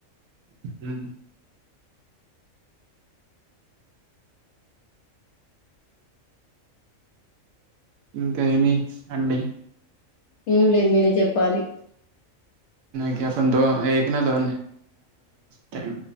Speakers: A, on the right (about 85°); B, on the left (about 65°).
A: ఉ ఇంక ఏమి అండి
B: ఏం లేదు మీరే చెప్పాలి
A: కి ద నా దో ట